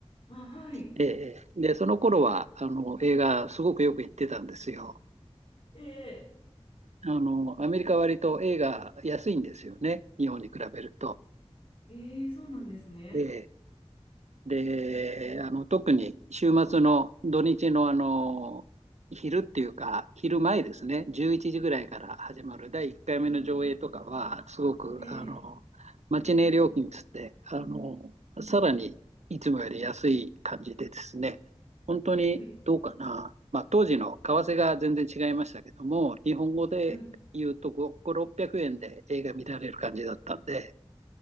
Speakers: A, on the left; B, on the right.
A: あ、はい。
B: ええで、その頃は、あの、映画すごくよく行ってたんですよ。
A: ええ。
B: あの、アメリカは割と A が安いんですよね。日本に比べると。
A: ええ、そうなんですね。
B: えで、あの、特に週末の土日のあの、昼っていうか、昼前ですね、11時ぐらいから始まる第1回目の上映とかは、すごく、
A: ええ。
B: あの、マチネ料金つって、あの、さらにいつもより安い感じでですね、本当にどうかな、
A: はい。
B: まあ、当時の為替が全然違いましたけども、日本語で言うと5、
A: はい。
B: 600円で映画見られる感じだったんで、